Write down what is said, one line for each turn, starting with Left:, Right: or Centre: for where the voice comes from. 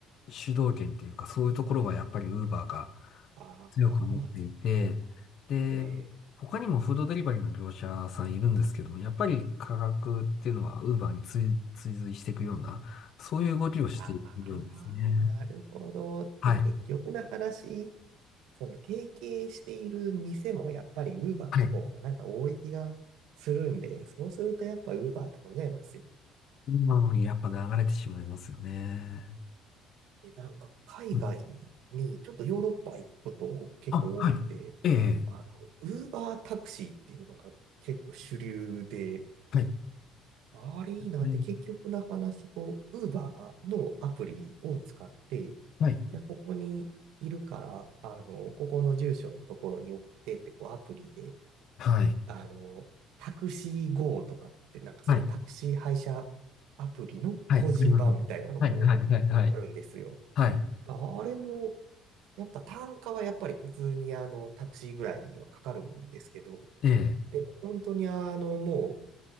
Left: う、主導権っていうか、そういうところはやっぱりウーバーが
Right: ああ、
Left: 強く持っていて、
Right: そうなん
Left: で、
Right: で。
Left: 他にもフードデリバリーの業者さんいるんですけども、やっぱり価格っていうのはウーバーに追、追随していくような、そういう動きをしているようですね。
Right: ああ、なるほど。って結局の話、
Left: はい。
Right: その提携している店もやっぱり Uber
Left: はい。
Right: の方がなんか多い気がするんで、そうするとやっぱ Uber 頼んじゃいますよ。
Left: なのにやっぱ流れてしまいますよね。
Right: で、なんか海外にちょっとヨーロッパ行くこと結構多くて、
Left: うんあ、はい。ええ、
Right: あの、Uber タクシーっていうのが結構主流で、
Left: はい。
Right: あれいいなって結局の話、
Left: うん、
Right: こう、Uber のアプリを使って、
Left: はい。
Right: いや、ここにいるから、あの、ここの住所のところに送ってって、こう、アプリで、
Left: はい。
Right: あの、タクシー GO とかって、なんかそんなタクシー配車アプリの個人版みたいなのも
Left: はい。はい。ありますね。はい。はい。はい。はい。
Right: あるんですよ。
Left: はい
Right: あれも、やっぱ単価はやっぱり普通にあの、タクシーぐらいはかかるんですけど、
Left: ええ、
Right: でも本当にあの、もう、